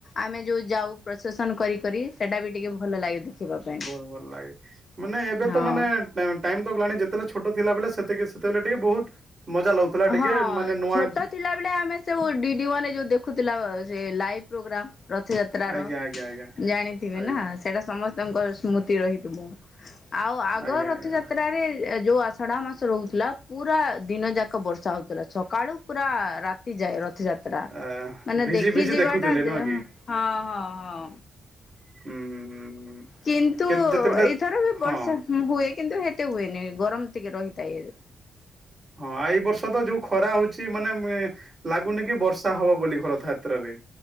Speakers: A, on the left; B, on the right.
A: ଆମେ ଯୋଉ ଯାଉ ପ୍ରସେସନ୍ କରିି କରି ସେଇଟା ବି ଟିକେ ଭଲ ଲାଗେ ଦେଖିବା ପାଇଁ
B: ବହୁତ ଭଲ ଲାଗେ ମାନେ ଏବେ ତ
A: ହଁ।
B: ମାନେ ଟାଇମ ତ ଗଲାଣି ଯେତେବେଳେ ଛୋଟ ଥିଲା ବେଳେ ସେତିକି ସେତେବେଳେ ଟିକେ ବହୁତ ମଜା ଲାଗୁଥିଲା ଟିକେ
A: ହଁ
B: ମାନେ ନୂଆ
A: ଛୋଟ ଥିଲାବେଳେ ଆମେ ସବୁ ଡିଡି ୱାନରେ ଯୋଉ ଦେଖୁଥିଲା ଯେ ଲାଇଭ ପ୍ରୋଗ୍ରାମ ରଥଯାତ୍ରାର
B: ଆଜ୍ଞା ଆଜ୍ଞା ଆଜ୍ଞା
A: ଜାଣିଥିବେ
B: ଆଜ୍ଞା।
A: ନା ସେଇଟା ସମସ୍ତଙ୍କ ସ୍ମୃତି ରହିଥିବ ଆଉ ଆଗ
B: ଆଜ୍ଞା
A: ରଥଯାତ୍ରାରେ
B: ଆଜ୍ଞା
A: ଯୋଉ ଆଷାଢ଼ ମାସ ରହୁଥିଲା ପୁରା ଦିନ ଯାକ ବର୍ଷା ହଉ ଥିଲା ସକାଳୁ ପୁରା ରାତି ଯାଏ ରଥଯାତ୍ରା
B: ଆ
A: ମାନେ
B: ଭିଜି
A: ଦେଖି
B: ଭିଜି
A: ଯିବାଟା
B: ଦେଖୁଥିଲେ
A: ହଁ
B: ନୁହଁ କି
A: ହଁ ହଁ।
B: ହୁଁ ହୁଁ ହୁଁ। ହୁଁ।
A: କିନ୍ତୁ
B: କେ ଯେତେବେଳେ
A: ଏଇଥର ବି
B: ହଁ
A: ବର୍ଷା ମ୍ ହୁଏ। କିନ୍ତୁ ହେତେ ହୁଏନି ଗରମ ଟିକେ ରହିଥାଏ।
B: ହଁ ଏଇ ବର୍ଷ ତ ଯୋଉ ଖରା ହଉଛି ମାନେ ଏ ଲାଗୁନି କି ବର୍ଷା ହବ ବୋଲି ହ ରଥଯାତ୍ରାରେ।